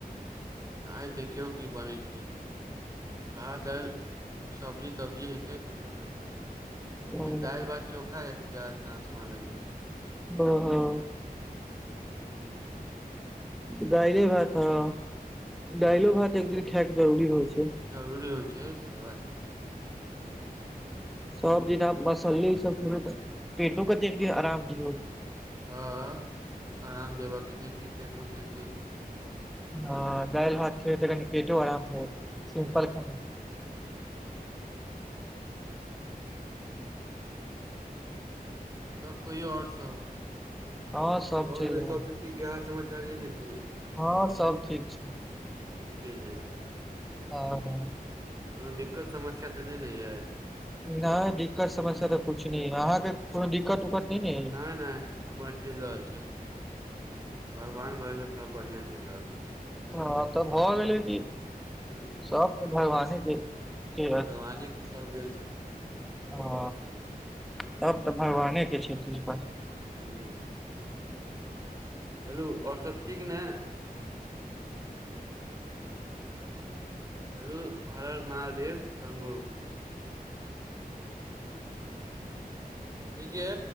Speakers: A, on the right; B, in the centre.
A: आइ देखियौ की बनै छय भाद दर सब्जी तब्जी हेतय कुछो के य
B: हँ
A: दालि भात चोखे हैएत जा सम लगे
B: ओहो
A: हूँ
B: दाइले भात हँ दइलो भात एक दिन खायके जरुररी होइ छय
A: जरूरी होइ छय सी बात <inaudible>
B: सब दिन आब मसल्ले ई सब खेबै तऽ पेटो कऽ तऽ एक दिन आराम दियौ
A: हं आराम देबऽ के छै कि पेटो के एक दिन
B: हँ दालि भात ख तऽ कनि पेटो आराम बत सिम्पल खाना
A: तब कहियऔर सब
B: हँ सब
A: घर
B: चलि
A: में
B: रहल
A: सबके ठीक हाल समाचार ये ने ठीक
B: हँं सब ठीक छय
A: ठीक आई नऽ
B: आ ह
A: कोनो दिक्कत समस्य तऽ नहि ने यै?
B: नहि दिक्कत समस्या तऽ कुछ न अहाँके कोनो दिक्कत उक्कत? ने अइ
A: नहि नहि हमर चलि रहल छैय भगवान भरसँ सब बढ़िआँ चलि रहल छैय।
B: हँ तऽ भऽ गेलै क
A: ह
B: सबके भगवाने के। के
A: भगवाने की सब देल छैय।
B: ह तब तऽ भगवानेके छैय कृपा।
A: हू हेलो और सब ठीक ने? चलू हर हर महादेव शंभू। हेगे